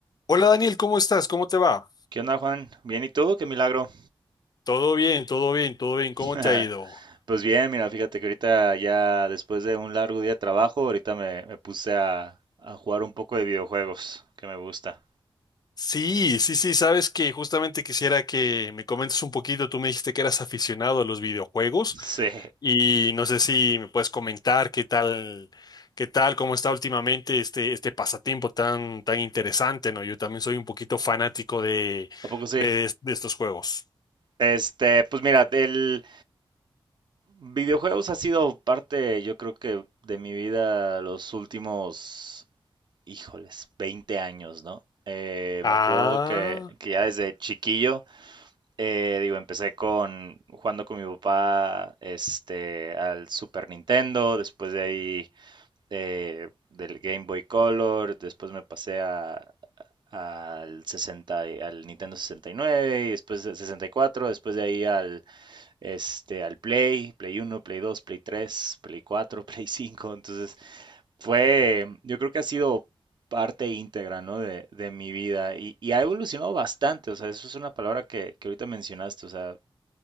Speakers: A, on the left; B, on the right.
A: Hola Daniel, ¿cómo estás? ¿Cómo te va?
B: ¿Qué onda, Juan? Bien, ¿y tú? Qué milagro.
A: Todo bien, todo bien, todo bien. ¿Cómo
B: <laughs>
A: te ha ido?
B: Pues bien, mira, fíjate que ahorita ya después de un largo día de trabajo, ahorita me, me puse a, a jugar un poco de videojuegos, que me gusta.
A: Sí, sí, sí, sabes que justamente quisiera que me comentes un poquito. Tú me dijiste que eras aficionado a los videojuegos
B: <laughs> Sí,
A: y no sé si me puedes comentar qué tal, qué tal, cómo está últimamente este, este pasatiempo tan, tan interesante, ¿no? Yo también soy un poquito fanático de,
B: ¿a poco sí?
A: de, de estos juegos.
B: Este, pues mira, el videojuegos ha sido parte, yo creo que de mi vida los últimos, híjoles, 20 años, ¿no? Eh,
A: Ah,
B: me acuerdo que, que ya desde chiquillo Eh, digo, empecé con jugando con mi papá este, al Super Nintendo, después de ahí eh, del Game Boy Color, después me pasé a- al 60, y- al Nintendo 69, y nueve, y después al 64, después de ahí al, este, al Play, Play 1, Play 2, Play 3, Play 4, <laughs> Play 5. Entonces fue, yo creo que ha sido parte íntegra, ¿no? de, de mi vida y, y ha evolucionado bastante, o sea, eso es una palabra que, que ahorita mencionaste, o sea, ha